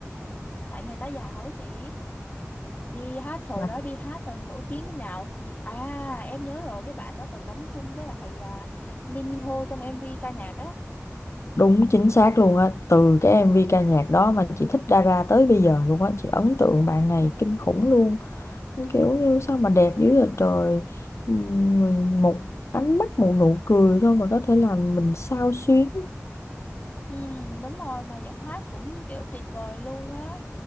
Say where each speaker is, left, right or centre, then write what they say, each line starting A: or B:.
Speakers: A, on the left; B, on the left.
A: tại người ta giàu á chị đi hát thời
B: Mà
A: đó đi hát là nổi tiếng thế nào à em nhớ rồi cái bạn đó còn đóng chung với lại à, Lee Min Ho trong MV ca nhạc á
B: đúng chính xác luôn á từ cái MV ca nhạc đó mà chị thích Dara tới bây giờ luôn á chị ấn tượng bạn này kinh khủng luôn kiểu như sao mà đẹp dữ vậy trời Ừm, một ánh mắt một nụ cười thôi mà có thể làm mình xao xuyến
A: Ừ, đúng rồi mà giọng hát cũng kiểu tuyệt vời luôn á